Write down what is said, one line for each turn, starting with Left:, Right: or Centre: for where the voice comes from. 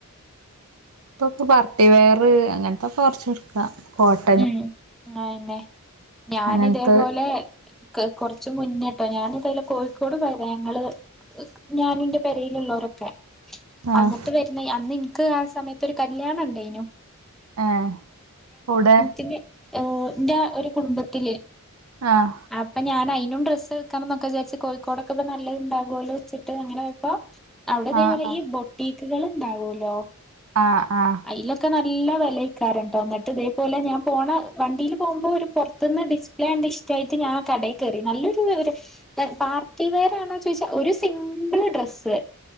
Right: പ്പൊക് പാർട്ടി വെയറ് അങ്ങൻത്തൊക്കെ കൊർച്ചെട്ക്ക പാ കോട്ട
Centre: ഉം അയന്നെ ഞാന്
Right: അങ്ങനത്തെ
Centre: തേപോലെ ക്ക കൊറച്ചു മുന്നേട്ടോ ഞാനിതായാലും കോയിക്കോട് പോയതാ ഞങ്ങള് ക് ഞാനിൻന്റെ പെരെല്ള്ളോരൊക്കെ
Right: ആഹ്
Centre: അങ്ങ്ട്ട് വര്ന്നയ്അന്നിൻക്ക് ആഹ് സമയത്തൊരു കല്യാണംണ്ടയ്നു
Right: എഹ് കൂടെ
Centre: പിന്നെ ന്റെ ഒരു കുടുംബത്തില്
Right: ആഹ്
Centre: അപ്പഞാനയ്നും ഡ്രസ്സ്ക്കണം ന്നൊക്കെ വിജാര്ച്ച് കോഴിക്കോടക്കെപനല്ലത് ണ്ടാഗോല്ലോച്ചിട്ട് അങ്ങനെയപ്പോ അവിടെതേപോലെ
Right: ആഹ് ആഹ്
Centre: ഈ ബൊട്ടീക്ക്കള് ണ്ടാവോല്ലോ
Right: ആഹ് ആഹ്
Centre: ഐലൊക്കെ നല്ല വെലയ്ക്കാരംട്ടോ ന്നിട്ട്ദെ പോലെ ഞാൻ പോണ വണ്ടീല് പോവുമ്പോ ഒരു പൊർത്ത്ന്ന് ഡിസ്പ്ലേണ്ട് ഇഷ്റ്റയ്റ്റ് ഞാൻ കടേ കേറി നല്ലൊരു ര്താണ് പാർട്ടി വെയറാണോ ചോയ്ച്ചാ ഒരു സിമ്പിള് ഡ്രസ്സ്